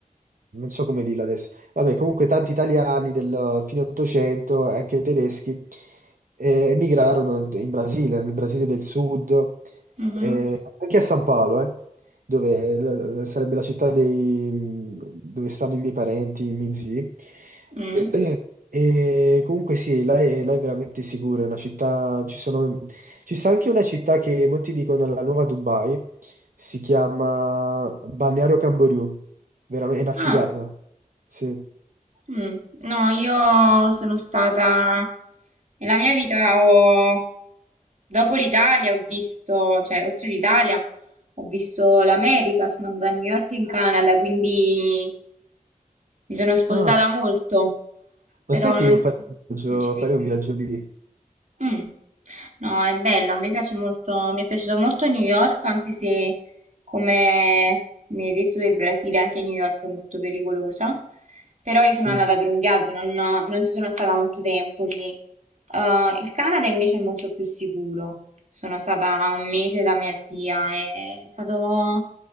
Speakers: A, on the right; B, on the right.
A: non so come dirla adesso, Vabbè, comunque tanti italiani del fine 800 e anche tedeschi eh, emigrarono in Brasile, nel Brasile del Sud,
B: mhm,
A: eh, anche a San Paolo, eh, dove l- l- sarebbe la città dei- dove stanno i miei parenti, i miei zii.
B: mm.
A: E, e comunque sì, là è, là è veramente sicura, è una città, ci sono, ci sta anche una città che molti dicono la nuova Dubai, si chiama Balneario Camboriú, veramente è una
B: Ah,
A: figata, sì.
B: mm. No, io sono stata nella mia vita ho dopo l'Italia ho visto, cioè oltre l'Italia ho visto l'America, sono andata a New York in Canada, quindi mi sono spostata
A: Ah,
B: molto, però
A: ma sai che
B: non,
A: io farei un viaggio,
B: non ci vivrei.
A: farei un viaggio lì?
B: Mm. No, è bello, a me piace molto, mi è piaciuto molto New York, anche se come mi hai detto del Brasile, anche New York è molto pericolosa. Però io sono
A: Sì.
B: andata per un viaggio, non, non ci sono stata molto tempo lì. Eh, il Canada invece è molto più sicuro. Sono stata un mese da mia zia, è stato